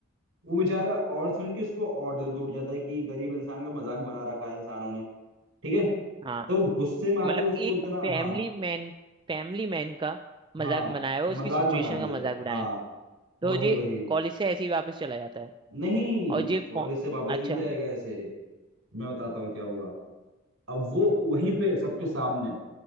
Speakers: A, on the right (about 70°); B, on the right (about 25°).
A: वो बेचारा और सुन के उसको और दिल टूट जाता है कि गरीब इंसान का मजाक बना रखा है इंसानों ने ठीक है
B: हाँ
A: तो वो गुस्से में आके
B: मतलब
A: उसको
B: एक
A: इतना
B: फैमिली
A: हाँ
B: मैन फैमिली मैन का मजाक
A: हाँ
B: बनाया हुआ उसकी
A: मजाक
B: सिचुएशन
A: बना दिया
B: का मजाक बनाया
A: हाँ
B: है तो
A: वही
B: ये
A: वही
B: कॉलेज से ऐसे ही वापस चला जाता है
A: नहीं
B: और ये फो-
A: कॉलेज से वापस
B: अच्छा
A: नहीं जाएगा ऐसे मैं बताता हूँ क्या होगा अब वो वहीं पे सबके सामने